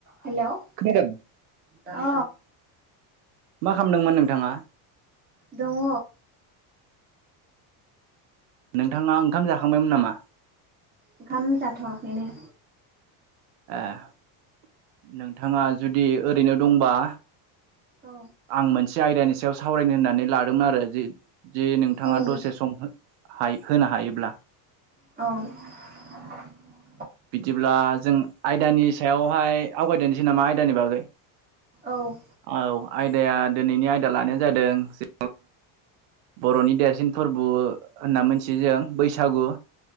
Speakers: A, on the right; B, on the right.
A: हेल'?
B: खोनादों। <inaudible>
A: अ।
B: मा खालामदोंमोन नोंथाङा?
A: दङ।
B: नोंथाङा ओंखाम जाखांबायमोन नामा?
A: ओंखाम जाथ'वाखैनो।
B: ए नोंथाङा जुदि ओरैनो दंबा
A: औ
B: आं मोनसे आयदानि सायाव सावरायनो होननानै लादोंमोन आरो जि जिस नोंथाङा
A: औ नों
B: दसे सम हाय होनो हायोब्ला?
A: औ।
B: बिदिब्ला जों आयदानि सायावहाय आवगायदोनसै नामा आयदानि बागै।
A: औ।
B: औ आयदाया दोनैनि आयदा लानाया जादों। बर'नि देरसिन फोरबो होनना मिथियो जों बैसागु।